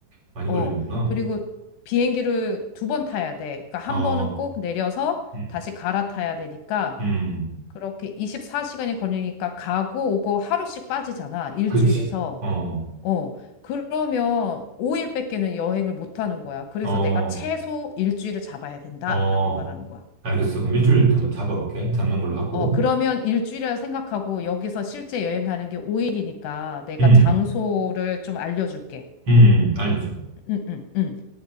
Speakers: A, on the right (about 30°); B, on the left (about 75°).
A: 많이
B: 어,
A: 걸리는구나.
B: 그리고 비행기를 두 번 타야 돼. 그러니까 한
A: 어,
B: 번은 꼭 내려서
A: 음,
B: 다시 갈아타야 되니까
A: 음,
B: 그렇게 24시간이 걸리니까 가고 오고 하루씩 빠지잖아. 일주일에서.
A: 그치. 어.
B: 어, 그러면 5일밖에는 여행을 못 하는 거야. 그래서
A: 어,
B: 내가 최소 일주일을 잡아야 된다라고
A: 어,
B: 말하는 거야.
A: 알겠어. 그럼 일주일 일단
B: 맞지?
A: 한번 잡아볼게. 잡는 걸로 하고.
B: 어, 그러면 일주일이라 생각하고 여기서 실제 여행 가는 게 5일이니까 내가
A: 음,
B: 장소를 좀 알려줄게.
A: 음, 알려줘.
B: 응, 응, 응.